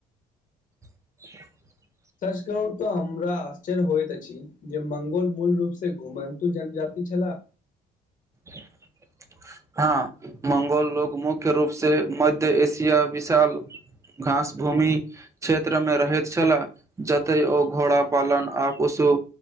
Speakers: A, on the right; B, on the left.
A: <inaudible>
B: सच कहूं तऽ हमरा आश्चर्य होइत अछि, जे मंगोल मूल रूप से घुमन्तु जनजाति छलाह?
A: <inaudible> हँ, मंगोल लोक मुख्य रूप से, मध्य एशिया, विशाल घास भूमि क्षेत्रमे रहैत छलाह। जतय ओ घोड़ा पालन आपस ओ